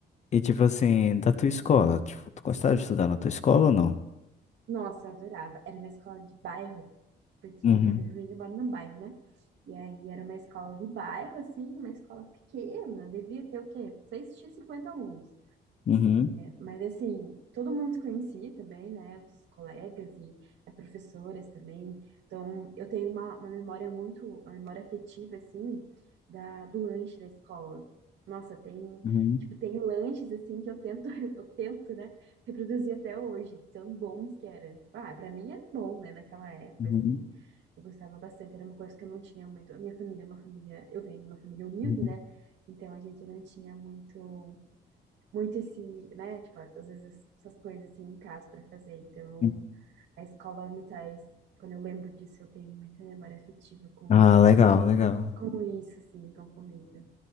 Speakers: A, on the left; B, on the right.
A: e tipo assim, da tua escola, tipo, tu gostava de estudar na tua escola ou não?
B: nossa, eu adorava. Era uma escola de bairro, porque
A: Uhum,
B: a minha família mora num bairro, né? E aí era uma escola de bairro, assim, uma escola pequena, devia ter o quê? 6 tinha 50 alunos.
A: uhum,
B: Mas assim, todo mundo se conhecia também, né? Os colegas e as professoras também. Então, eu tenho uma, uma memória muito, uma memória afetiva, assim, da, do lanche da escola. Nossa, tem,
A: uhum,
B: tipo, tem lanches, assim, que eu tento, <laughs> eu tento, né, reproduzir até hoje, tão bons que era. Tipo, ah, pra mim era bom, né, naquela época,
A: uhum,
B: assim, eu gostava bastante, era uma coisa que eu não tinha muito. A minha família é uma família, eu venho de uma família humilde,
A: uhum.
B: né? Então, a gente não tinha muito muito esse, né? Tipo, às vezes essas coisas assim em casa para fazer. Então,
A: uhum.
B: a escola me traz, quando eu lembro disso, eu tenho muita memória afetiva com,
A: Ah, legal, legal.
B: com isso, assim, com comida.